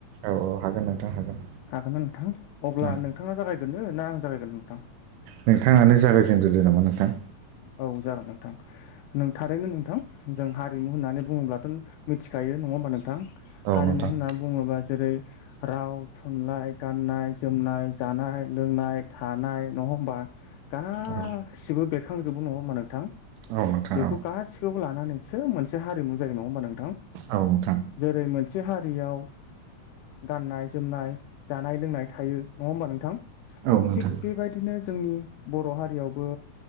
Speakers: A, on the right; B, on the left.
A: औ औ हागोन नोंथां हागोन
B: हागोनना नोंथां अब्ला
A: औ
B: नोंथाङा जागाय ग्रोनो ना आं जागायग्रोनो नोंथां
A: नोंथाङानो जागायजेनग्रोदो नामा नोंथां
B: औ जागोन नोंथां नों थारैनो नोंथां जों हारिमु होननानै बुङोब्लाथ' मिथिखायो यो नङा होमबा नोंथां
A: औ
B: हारिमु
A: नोंथां
B: होनना बुङोबा जेरै राव थुनलाइ गाननाय जोमनाय जानाय लोंनाय थानाय न नङा होमबा गासिबो
A: औ
B: बेरखांजोबो नङा होमबा नोंथां
A: औ नोंथां
B: बेखौ
A: औ
B: गासैखौबो लानानैसो मोनसे हारिमु जायो नङा होमबा नोंथां
A: औ नोंथां
B: जेरै मोनसे हारियाव गाननाय जोमनाय जानाय लोंनाय थायो नङा होमबा नोंथां
A: औ नोंथां
B: थिग बेबायदिनो जोंनि बर' हारियावबो